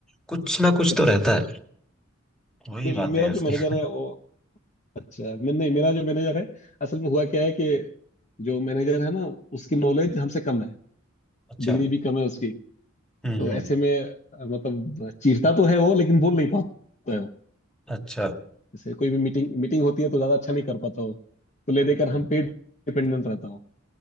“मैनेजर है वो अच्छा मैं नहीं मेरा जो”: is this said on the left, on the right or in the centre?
Left